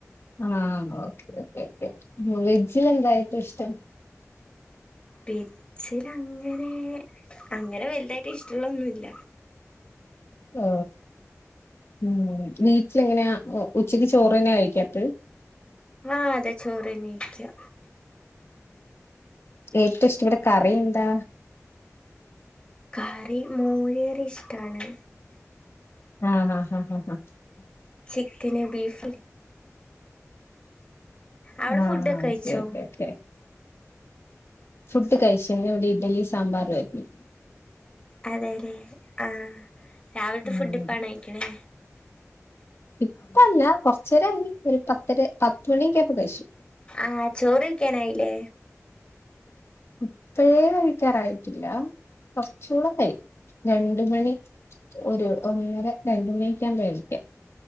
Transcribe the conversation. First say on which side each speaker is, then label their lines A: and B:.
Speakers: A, on the left; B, on the left.
A: ആ ഓക്കേ ഓക്കേ വെജിലെന്താ ഏറ്റവും ഇഷ്ടം
B: വെ ജ്ജിലങ്ങനെ അങ്ങനെ വലുതായ്ട്ട് ഇഷ്ടള്ളൊന്നുല്ല
A: ഓ മ്മ് വീട്ടിലെങ്ങനെയാ ഉച്ചക്ക് ചോറ് തന്നെയാ കഴിക്കാ എപ്പഴും?
B: ആ അതെ ചോറ്. തന്നെഴിക്കാ
A: ഏറ്റവും ഇഷ്ടപ്പെട്ട കറി ന്താ
B: കറി മോര് കറി ഇഷ്ടാണ്
A: ആ ആ അ അ അ
B: ചിക്കന് ബീഫ് അവിടെ
A: ആ
B: ഫുഡൊക്കെ കഴിച്ചോ
A: ഓക്കേ ഓക്കേ ക്കെ ഫുഡ്‌ കഴിച്ചു ഇന്നിവിടെ ഇടലിം സാമ്പാറും ആയിര്ന്നു
B: അതേലേ ആ രാവിൽത്തെ
A: ഉം
B: ഫുഡ്‌ ഇപ്പാണോ കഴിക്ക്ണേ
A: ഇപ്പല്ല കൊർച്ചേരായി ഒരു പത്തര് പത്തുമണി ക്കായപ്പൊ കഴിച്ചു
B: ആ ചോറെയ്ക്കാനായില്ലെ
A: ഇപ്പഴെ വെയ്ക്കാറായിട്ടില്ല കൊർച്ചൂടെ കഴിയും രണ്ടു മണി ഒരു ഒന്നര രണ്ടുമണിക്കാ കഴിക്കാ